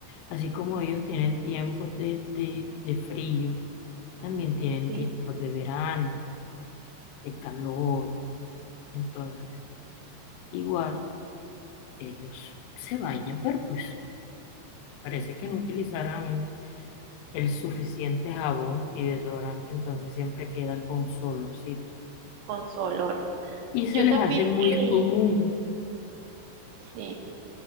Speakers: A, on the left; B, on the right.
A: Así como ellos tienen tiempos de, de, de frío, también tienen
B: sí,
A: tiempos de verano, de calor. Entonces, igual, ellos se bañan, pero pues parece que no utilizaran el suficiente jabón y desodorante, entonces siempre quedan con su olorcito.
B: con su olor.
A: Y
B: Yo
A: se les
B: también
A: hace muy
B: leí,
A: común,
B: sí,